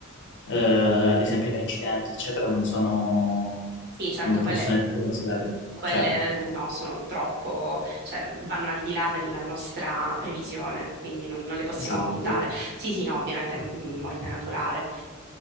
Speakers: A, on the left (about 55°); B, on the right (about 50°).
A: eh, ad esempio da incidenti, eccetera, non sono...
B: Sì, certo,
A: non
B: quelle,
A: possono essere considerate.
B: quelle
A: Cioè,
B: no, sono troppo, cioè vanno al di là della nostra previsione, quindi non, non le possiamo
A: esatto.
B: contare. Sì, sì, no, ovviamente mh, morte naturale.